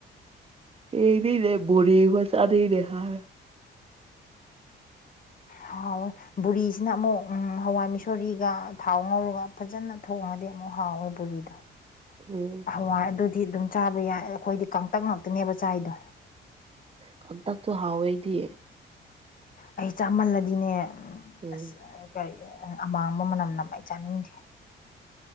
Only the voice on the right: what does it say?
ꯑꯦꯔꯤꯅꯦ ꯕꯣꯔꯤ ꯃꯆꯥ ꯗꯨꯏꯅꯦ ꯍꯥꯏ
ꯎꯝ
ꯀꯪꯇꯛꯇꯣ ꯍꯥꯎꯋꯦꯗꯤ
ꯎꯝ